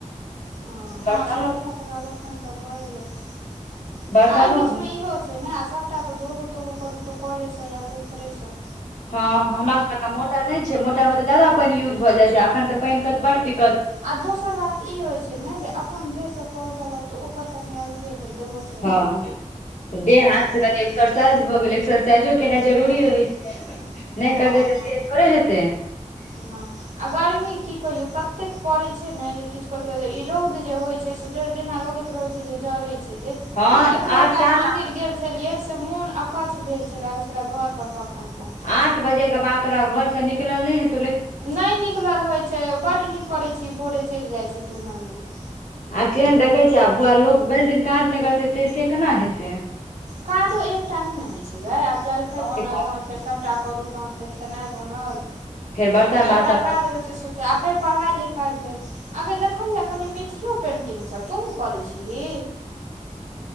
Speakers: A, on the right; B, on the left.
A: हँ हँ
B: बर्तनो
A: से चूल्हा पर बर्तन तऽ भए जाइ छै
B: बर्तनो
A: एहि बीच मे इहो छैन आ सभटा तऽ धोबो तोबो करू तऽ कलेसँ या पोखरिेसँ
B: हँ हमरा सब के तऽ मोटर नहि छै मोटर मे तऽ जादा पानि यूज भए जाय छै अखन तऽ पानि के बड़ दिक
A: आब दोसर बात ई होइत छै ने जे अपन देशसँ कल चलाउ तऽ ओकर कनि अलगे भेल देबहो
B: हँ तऽ देह हाथ से
A: भऽ
B: कनि एक्सरसाज
A: जाइ छै
B: भऽ गेल एकसस साइजो केनाइ जरूरी
A: हँ
B: रहै छै
A: हँ
B: नहि करतै तऽ से
A: हँ
B: थोड़े हेतै
A: नहि आ गर्मी की कहियौ ततेक पड़ैत छै ने जे किछु कहि क ई रौद जे होइत छै से जेना लगैत रोहे छै जरे छै गै
B: हँ
A: एतबा
B: आठ
A: काल
B: सात
A: मंन्दिर गेल छलियै से मोन अकच्छ भेल छलै छलै घर पर कखन पहुँचब
B: आठ बजे के बाद तोरा घर से निकलल नहि हेत
A: नहि निकलल होइत छै बड नीक करैत छी भोरे चलि जाइत छी तो मन्दिर
B: आ केहन देखै छ आबो लोक भरि दिन काज नहि करते ते से केना हेतै
A: काजो एकटा नहि ने होइ छलै आब जलखै
B: बड्ड
A: बनल
B: काज छै,
A: तहन फेर सब सभटा करू तहन फेर खेनाइ बनल
B: फेर बर्तन बासन
A: जकरा काज रहै छै तऽ आ फेर पढ़ाई लिखाई भेल अगर देखलियै कनि मिथिलो पेन्टिंगसभ तोहूँ करैत छिही